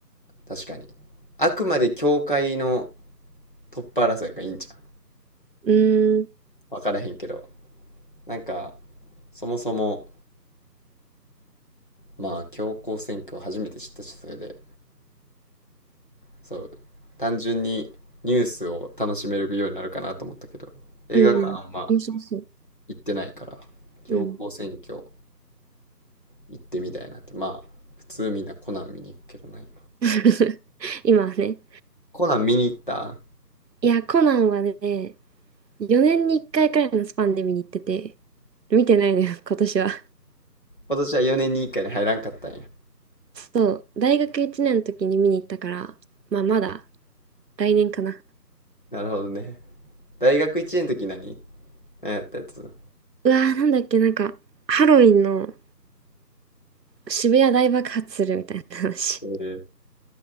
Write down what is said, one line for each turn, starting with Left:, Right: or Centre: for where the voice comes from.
Left: 確かにあくまで教会のトップ争いがいいんじゃん
Right: うーん、
Left: 分からへんけどなんかそもそもまあ教皇選挙を初めて知ったしそれでそう単純にニュースを楽しめるようになるかなと思ったけど映画館あんま
Right: うん、面白そう。
Left: 行ってないから強行選挙
Right: うん。
Left: 行ってみたいなってまあ普通みんなコナン見に行くけどな今
Right: <laughs> 今はね。
Left: コナン見に行った
Right: いや、コナンはね、4年に1回くらいのスパンで見に行ってて、見てないのよ、今年は。
Left: 今年は4年に1回に入らんかったんや
Right: そう、大学1年の時に見に行ったから、まあまだ来年かな。
Left: なるほどね大学1年の時何何やったやつ
Right: うわー、なんだっけ、なんか、ハロウィンの渋谷大爆発するみたいな話。
Left: えー